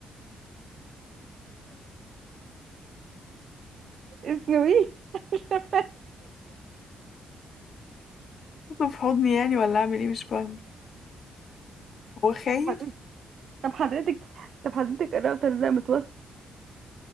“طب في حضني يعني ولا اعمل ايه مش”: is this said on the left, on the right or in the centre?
Left